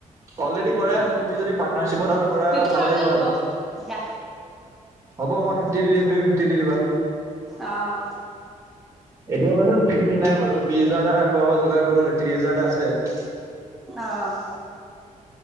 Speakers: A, on the right (about 20°); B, in the centre.
A: অলৰেডি কৰাই আছে তুমি যদি পাতনাৰ শ্বিপত আৰু কৰা
B: ফিফটি
A: ভাল
B: থাউজেণ্ড
A: লাগিব
B: হ'ব
A: আৰু <unintelligible>
B: দিয়া।
A: হ'ব মই ফিফটি দি দিম তুমি ফিফটি দি দিবা
B: অহ
A: এতিয়া বাৰু ফিফটি নাই বাৰু বিশ হাজাৰটা কৰ পৰা যোগাৰ কৰিব লাগিব ত্ৰিশ হাজাৰ এটা আছে
B: অহ